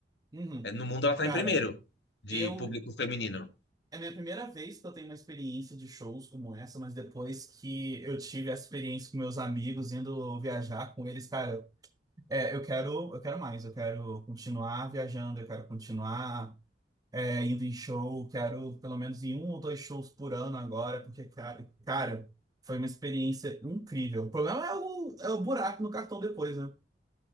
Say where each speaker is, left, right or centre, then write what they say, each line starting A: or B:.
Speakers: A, on the right; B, on the left.
A: Uhum.
B: É, no mundo ela tá
A: cara,
B: em primeiro de
A: eu.
B: público feminino.
A: É a minha primeira vez que eu tenho uma experiência de shows como essa, mas depois que eu tive essa experiência com meus amigos, indo viajar com eles, cara, é, eu quero, eu quero mais, eu quero continuar viajando, eu quero continuar. é, indo em um show, quero pelo menos em um ou dois shows por ano agora, porque, cara, cara, foi uma experiência incrível. O problema é o, é o buraco no cartão depois, né?